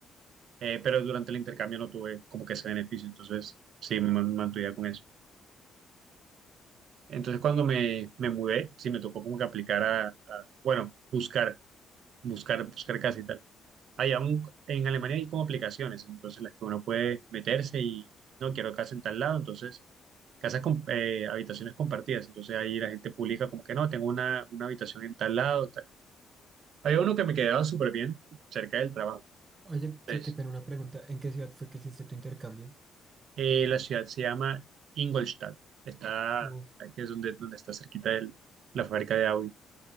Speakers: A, on the right (about 70°); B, on the right (about 35°).
A: eh, pero durante el intercambio no tuve como que ese beneficio. Entonces sí, me man- mantuve con eso. Entonces cuando me, me mudé, sí me tocó como que aplicar a, a, bueno, buscar, buscar, buscar casa y tal. Hay aún, en Alemania hay como aplicaciones, entonces las que uno puede meterse y no quiero casa en tal lado, entonces casas con eh, habitaciones compartidas, entonces ahí la gente publica como que no, tengo una, una habitación en tal lado, tal. Había uno que me quedaba súper bien cerca del trabajo.
B: Oye,
A: Entonces,
B: que te pena una pregunta. ¿En qué ciudad fue que hiciste tu intercambio?
A: eh, la ciudad se llama Ingolstadt, está,
B: Uf.
A: que es donde, donde está cerquita de la fábrica de Audi.